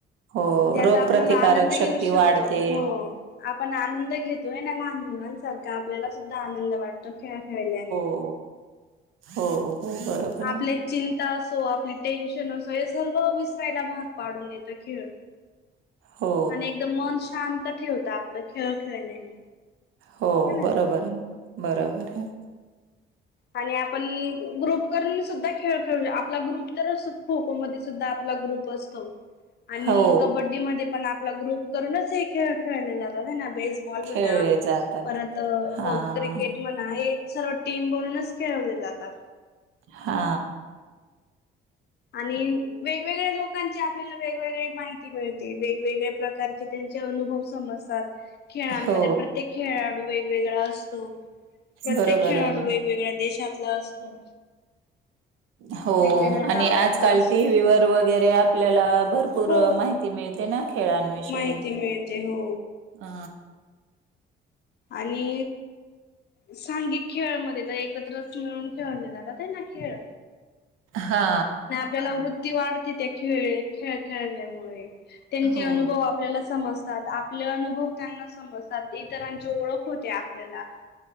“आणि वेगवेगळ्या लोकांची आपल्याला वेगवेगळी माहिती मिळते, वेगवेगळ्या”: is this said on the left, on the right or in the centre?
Left